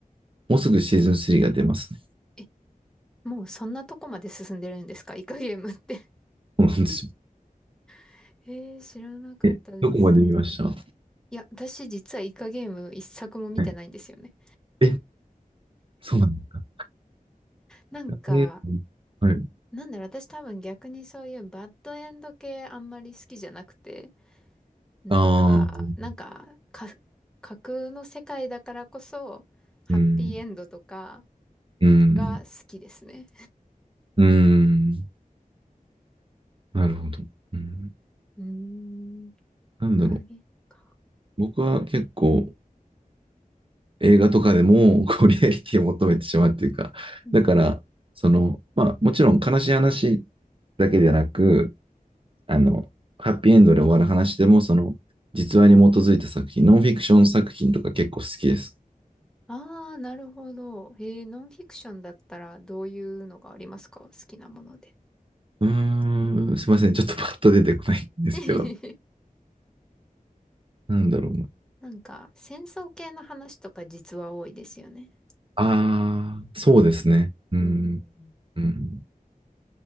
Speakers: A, on the right (about 35°); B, in the centre.
A: もうすぐシーズン3が出ますね。
B: え、もうそんなとこまで進んでるんですか、イカゲームって。
A: そうなんですよ。
B: <laughs> ええ知らなかったです。
A: え、どこまで見ましたは
B: いや、私実はイカゲーム一作も見てないんですよね。
A: いえ、そうなんだ。
B: なんか、
A: ではい。
B: なんだろう、私多分逆にそういうバッドエンド系あんまり好きじゃなくて、なんか、
A: ああ、
B: なんか、か、架空の世界だからこそ、ハッピーエンドとか
A: うん、うん、
B: が好きですね。
A: うん。なるほど。うん、
B: うーん
A: なんだろう。
B: 影か。
A: 僕は結構映画とかでも <laughs> こうリアリティを求めてしまうっていうか、
B: うん。
A: だから、その、まあもちろん悲しい話だけでなく、あの、ハッピーエンドで終わる話でも、その、実話に基づいた作品、ノンフィクション作品とか結構好きです。
B: ああ、なるほど。えー、ノンフィクションだったらどういうのがありますか好きなもので。
A: うん、うーんすいません。ちょっとパッと出てこないんですけど、
B: <laughs>
A: なんだろうな。
B: なんか、戦争系の話とか実は多いですよね。
A: ああ、そうですね。
B: あれ
A: うん、
B: うん。
A: うん。